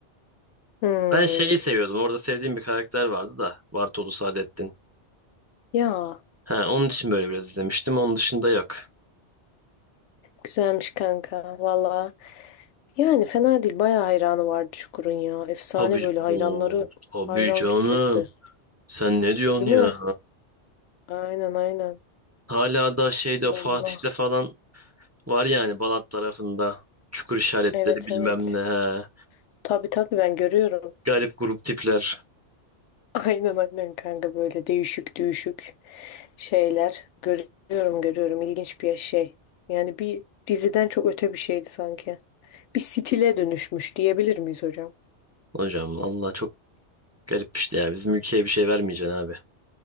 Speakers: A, on the left; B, on the right.
A: Hmm.
B: Ben şeyi seviyordum. Orada sevdiğim bir karakter vardı da. Bartolu Saadettin.
A: Ya
B: Ha, onun için böyle biraz izlemiştim. Onun dışında yok.
A: güzelmiş kanka valla. Yani fena değil. Bayağı hayranı vardı Çukur'un ya. Efsane
B: Tabii,
A: böyle hayranları
B: Oo, tabii
A: hayran
B: canım.
A: kitlesi.
B: Sen ne diyorsun
A: Değil
B: ya?
A: mi? Aynen aynen.
B: Hala da şeyde
A: Bomba.
B: Fatih'te falan var yani Balat tarafında. Çukur işaretleri
A: Evet
B: bilmem
A: evet.
B: ne. he.
A: Tabii tabii ben görüyorum.
B: Garip grup tipler.
A: <laughs> Aynen aynen kanka böyle değişik düşük. şeyler görüyorum görüyorum ilginç bir şey. Yani bir diziden çok öte bir şeydi sanki. Bir stile dönüşmüş diyebilir miyiz hocam?
B: Hocam Allah çok Garip işte ya. Bizim ülkeye bir şey vermeyeceksin abi.